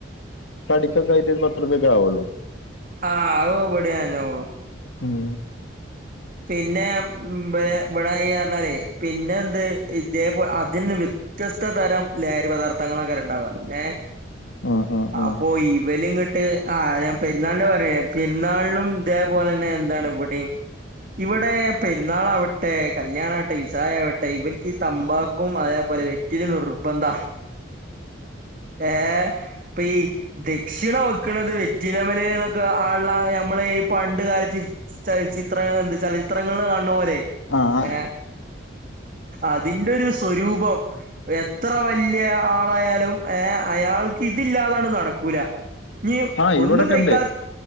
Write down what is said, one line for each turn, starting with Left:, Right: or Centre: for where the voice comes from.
Left: കടിക്കൊക്കെ ആയിട്ട് ഒരു പത്ത് രൂപൊക്കെ ആവുള്ളൂ
Right: ആഹ് അത ബടിയഞ്ഞോളും
Left: ഉം
Right: പിന്നെടന്ന് പറഞ്ഞാലേ പിന്നെ എന്ത് ഇതേപ അതിന് വ്യത്യസ്ത തരം ലഹരി പദാർഥങ്ങളൊക്കെ ഉണ്ടവാുക ഏ
Left: ആഹ് ആഹ്
Right: അപ്പൊ ഈ വെലങ്ങട്ട് ് ആ് ഞാൻ പെരാളിന്റെ പറേ പെരുന്നാളിനും ഇതേപോലെ തന്നെ എന്താണ് ഇവിടെയും ഇവിടെ പെരുന്നാൾാവട്ടെ കല്യാണ ആവട്ടെ വിസായവട്ടെ ഇവർക്ക് ഈ തമ്പാക്കും അതേപോലെ ന്നന രുബന്ത ഏ പി ദക്ഷിണ വെക്ക്ണത് വെറ്റിലമല്ന്നൊക്ക ആള്ള ഞമ്മളീ പണ്ട് കാലത്ത് <unintelligible> ചത്ര എന്ത് ചലച്ചിത്രങ്ങ കാണണ പോലെ
Left: ആഹ് ആഹ്
Right: ഏ അതിന്റെ ഒരു സ്വരൂപം എത്ര വലിയ ആളായാലും ഏ അയാൾക്ക് ഇതില്ലാതാണ് നടക്കൂല നീ
Left: ആഹ്
Right: ഒന്നും
Left: ഇവിടൊക്കെ
Right: കൈക്കാ